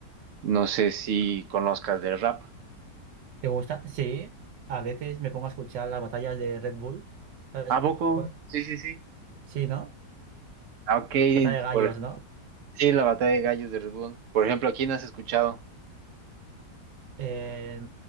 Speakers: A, on the right; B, on the right.
A: No sé si conozcas del rap.
B: ¿Te gusta? Sí. A veces me pongo a escuchar las batallas de Red Bull. ¿Sabes
A: ¿A poco?
B: cuál?
A: Sí, sí, sí.
B: Sí, ¿no?
A: Ah, Ok,
B: Batalla de gallos,
A: por...
B: ¿no?
A: sí, la batalla de gallos de Red Bull. Por ejemplo, ¿a quién has escuchado?
B: eh